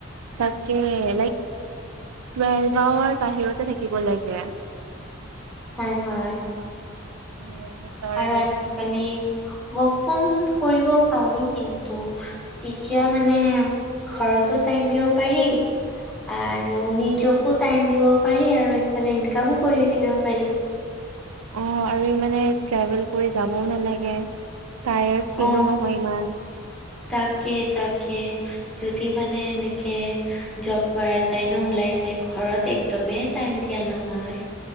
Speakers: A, on the right; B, in the centre.
A: তাকে লাইক টুৱেলভ আৱাৰ বাহিৰতে থাকিব লাগে।
B: হয় হয়।
A: উম। সেইকাৰণে
B: আৰু আজিকালি ৱৰ্ক ফ্ৰম হোম কৰিব পাৱে কিন্তু। তেতিয়া মানে ঘৰতো টাইম দিব পাৰি। আৰু নিজকো টাইম দিব পাৰি আৰু সফালে ইনকামো কৰি থাকিব পাৰি।
A: অ' আৰু ইমান মানে ট্ৰেভেল কৰি যাবও নালাগে টায়াৰ্ড
B: অ
A: ফিলো নহয় ইমান।
B: তাকে তাকে যদি মানে এনেকে জব কৰা। যাই ন ওলাই যায় ঘৰত একদমেই টাইম দিয়া নহয়।